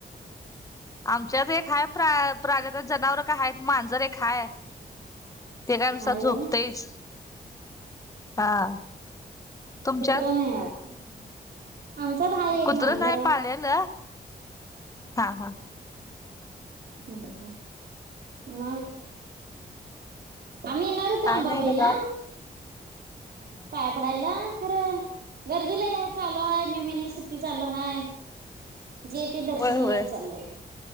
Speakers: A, on the left; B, on the right.
A: आमच्यात एक हाय प्र प्राणी, आणि जनावर काय हायत. मांजर एक हाय ते काय नुसता
B: हाय व्हय
A: झोपतईच. हा तुमच्यात?
B: कुत्रा नाही <inaudible> आमच्यात हाय एक
A: कुत्र
B: मांजर
A: नाही
B: हाय.
A: पाळलेलं हा हा.
B: हम्म हम. मग? आम्ही येणार होतो
A: काय
B: आंबाबाईला,
A: नाही बघा
B: पाया पडायला. खरं गर्दी लय हाय चालू हाय, मे महिने सुट्टी चालू हाय, जे ते दर्शनालाच
A: होय होय
B: चाललंय.